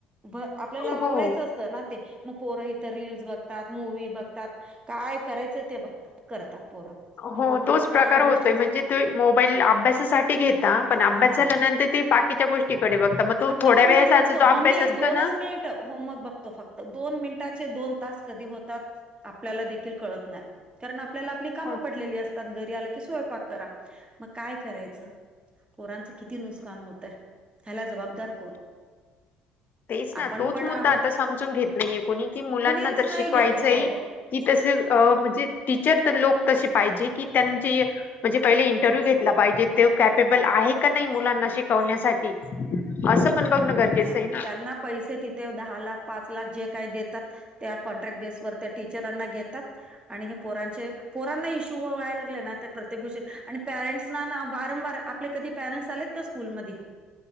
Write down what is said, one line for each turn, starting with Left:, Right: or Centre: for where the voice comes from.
Right: म आपल्याला
Left: हो,
Right: आवरायचं असतं ना ते. मग पोरं इथं रीलस बघतात मूव्ही बघतात काय करायचं ते बघतात करतात पोरं.
Left: हो
Right: मग उपयोग
Left: तोच
Right: काय
Left: प्रकार
Right: ह्या
Left: होतोय
Right: गोष्टीचा
Left: म्हणजे ते मोबाईल अभ्यासासाठी घेता पण अभ्यास
Right: हा
Left: झाल्यानंतर ते पाठ. ते त्या गोष्टीकडे बघता मग. तो
Right: फक्त
Left: थोड्या
Right: होमवर्क
Left: वेळाचा
Right: बघतो
Left: जो अभ्यास
Right: मम्मी
Left: असतो
Right: दोनच
Left: ना
Right: मिनिट. ट होमवर्क बघतो फक्त दोन मिनिटाचे दोन तास कधी होतात. आपल्याला देखील कळत नाही कारण आपल्याला आपली कामं
Left: हो
Right: पडलेली असात. त्या घरी आलं की स्वयंपाक करा मग काय करायचं. कोरांचं किती नुकसान होतं ह्याला जबाबदार कोण.
Left: तेच ना
Right: आपण
Left: तोच
Right: पण
Left: मुद्दा
Right: आहोत
Left: आता समजून घेत नाहीये कोणी कि मुलांना
Right: कुणीच
Left: जर
Right: नाही
Left: शिकवायचंय.
Right: घेत हो हो
Left: कि तस अ म्हणजे टीचर तर लोक तसे पाहिजे की त्यांचे. म्हणजे पहिले इंटरव्ह्यू घेतला पाहिजे ते कॅपेबल आहे का नाही मुलांना शिकवण्यासाठी. असं पण बघणं गरजेच
Right: नाही
Left: आहे
Right: नाही
Left: ना.
Right: त्यांना पैसे तिथे दहा लाख पाच लाख जे काय देतात. त्या कॉन्ट्रॅक्ट बेसवर त्या टीचरांना घेतात. आणि हे पोरांचे पोरांना इश्यू व्हाय लागले ना ते प्रत्येक गोष्टी आणि पॅरंट्सना वारंवार आप ''--'' आपले कधी पॅरेंट्स आलेत का स्कूलमध्ये.